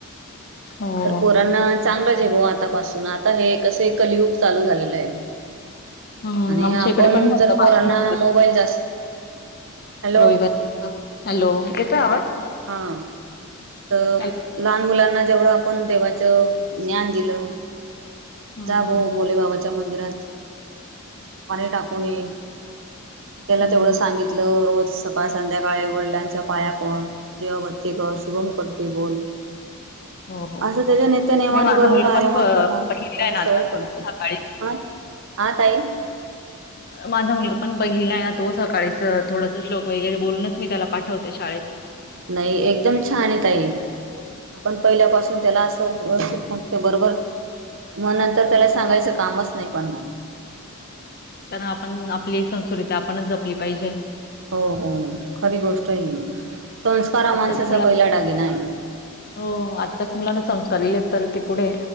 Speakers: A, on the left; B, on the right.
A: हो.
B: तर पोरांना चांगला जे गो आता आता पासून आता हे कस कलियुग चालू झालेलं आहे.
A: हम्म,
B: आणि
A: आमच्या
B: आपण
A: इकडे पण भरतं
B: जर पोरांना
A: मासे
B: मोबाईल जास्त हॅलो.
A: रविवारी. हॅलो, येतोय आवाज.
B: हा तर
A: हॅलो.
B: लहान मुलांना जेवढं आपण देवाच ज्ञान दिलं
A: हम्म,
B: जा भाऊ भोले बाबाच्या <unintelligible> <unintelligible> पाणी टाकून ये. त्याला
A: हम्म.
B: तेवढं सांगितलं रोज सकाळ संध्याकाळी वडिलांच्या पाया पड. <unintelligible> <unintelligible> शुभम करते बोल.
A: हो, हो.
B: असं त्याच्या नेत्यानेयमाने
A: नाही माझा
B: बरोबर
A: मुलगा
B: आया
A: पण
B: मतो
A: फ
B: मग त्याला
A: पहिलीला आहे ना
B: सवय
A: आता तो
B: पडते.
A: सकाळीच
B: हा, हा ताई.
A: माझा मुलगा पण पहिलीला आहे ना तो सकाळीच थोडस श्लोक वगैरे बोलूनच मी त्याला पाठवते शाळेत.
B: नाही एकदम छान आहे ताई. आपण पहिल्यापासून त्याला असं व्यवस्थित मागतो बरोबर. मग नंतर त्याला सांगायचं कामच नाही पडणार.
A: कारण आपण आपली संस्कृती आपणच जपली पाहिजे
B: हो हो खरी गोष्ट आहे ही. संस्कार हा
A: आत्ताच
B: माणसाचा
A: मुला
B: पहिला
A: <unintelligible>
B: दागिना आहे
A: हो आत्ताच मुलांना संस्कार <unintelligible> तर ते पुढे